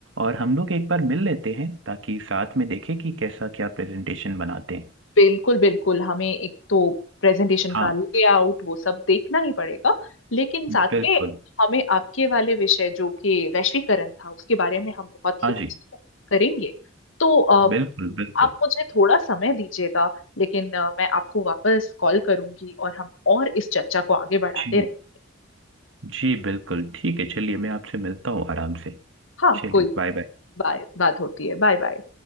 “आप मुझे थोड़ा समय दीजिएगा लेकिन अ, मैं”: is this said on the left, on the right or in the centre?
Left